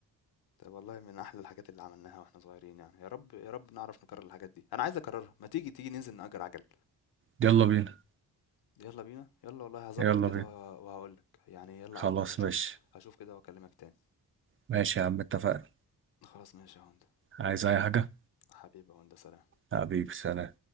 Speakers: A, on the left (about 65°); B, on the right (about 35°).
A: طب والله من أحلى الحاجات اللي عملناها وإحنا صغيرين يعني يا رب يا رب نعرف نكرر الحاجات دي أنا عايز أكررها ما تيجي تيجي ننزل نأجر عجل
B: يلا بينا
A: يلا بينا يلا والله هظبط
B: يلا
A: كده
B: بينا
A: وه- وهقولك يعني يلا
B: خلاص
A: على طول هشوف
B: ماشي
A: هشوف كده وأكلمك تاني
B: ماشي يا عم اتفقنا
A: خلاص ماشي يا هوندا
B: عايز اي حاجة
A: حبيبي يا هوندا سلام
B: حبيبي سلام